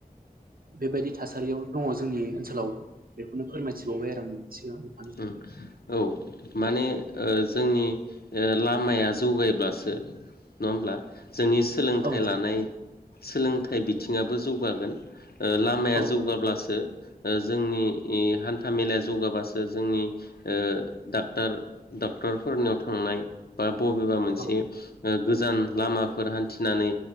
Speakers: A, on the right (about 70°); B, on the left (about 85°).
A: बेबायदि थासारियाव दङ जोंनि ओनसोलावबो <unintelligible>
B: ओम औ माने ओ जोंनि ओ लामाया जौगायोब्लासो नङा होमब्ला? जोंनि सोलोंथाइ
A: औ
B: लानाय
A: नोंथां
B: सोलोंथाइ बिथिङाबो जौगागोन। ओ लामाया
A: औ
B: जौगाब्लासो जोंनि हान्था मेलाया जौगाबासो ओ जोंनि ओ डाक्टार डक्टरफोरनियाव थांनाय बा बबेबा मोनसे
A: औ
B: ओ गोजान लामाफोर हान्थिनानै